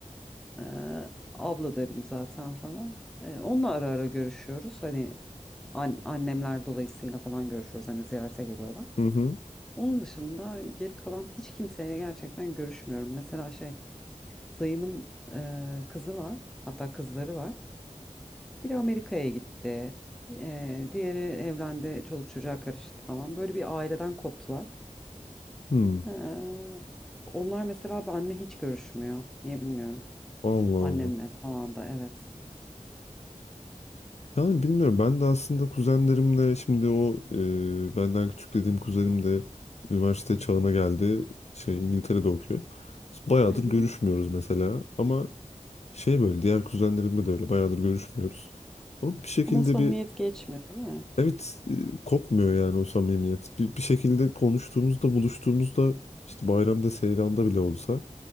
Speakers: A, in the centre; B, on the left (about 60°).
A: Eee, abla derim zaten falan. Eee, onunla ara ara görüşüyoruz. Hani an- annemler dolayısıyla falan görüşüyoruz. Hani ziyarete geliyorlar.
B: hı hı.
A: Onun dışında geri kalan hiç kimseyle gerçekten görüşmüyorum. Mesela şey dayımın eee, kızı var. Hatta kızları var. Biri Amerika'ya gitti. Eee, diğeri evlendi. Çoluk çocuğa karıştı falan. Böyle bir aileden koptular.
B: hı.
A: Eee, onlar mesela benle hiç görüşmüyor. Niye bilmiyorum.
B: Allah
A: Annemle
B: Allah.
A: falan da evet.
B: Yani bilmiyorum ben de aslında kuzenlerimle şimdi o e, benden küçük dediğim kuzenim de üniversite çağına geldi. Şey İngiltere'de okuyor. Biz Bayağıdır
A: Hı hı.
B: görüşmüyoruz mesela ama şey böyle diğer kuzenlerimle de öyle bayağıdır görüşmüyoruz. Ama bir şekilde
A: Ama o samimiyet
B: bir
A: geçmiyor değil mi?
B: Evet e, kopmuyor yani o samimiyet. Bir, bir şekilde konuştuğumuzda, buluştuğumuzda işte bayramda, seyranda bile olsa